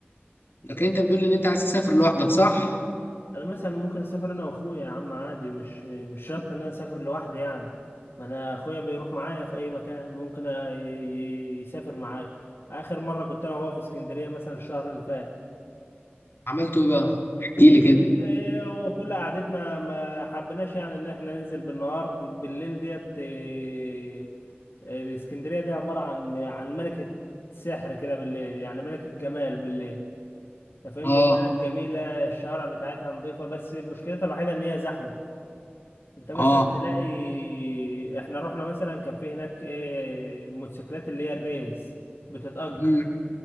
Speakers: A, on the left (about 60°); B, on the left (about 85°).
A: لكن انت بتقول ان انت عايز تسافر لوحدك صح
B: أنا مثلا ممكن أسافر أنا وأخويا يا عم عادي مش مش شرط إن أنا أسافر لوحدي يعني ما أنا أخويا بيروح معايا في أي مكان ممكن أ- ي- يسافر معايا آخر مرة كنت أنا وهو في اسكندرية مثلا الشهر اللي فات
A: عملته ايه بقى احكي لي كده
B: طيب، إيه هو كل قعدتنا ما حبيناش يعني إن إحنا ننزل بالنهار بالليل ديت إيه، الإسكندرية دي عبارة عن عن ملكة سحر كده بالليل يعني ملكة جمال بالليل انت فاهمني
A: اه
B: البلد جميلة الشوارع بتاعتها نظيفة بس مشكلتها الوحيدة ان هي زحمة انت مثلا
A: اه
B: تلاقي احنا رحنا مثلا كان في هناك ايه موتوسيكلات اللي هي الريس بتتأجر
A: مم.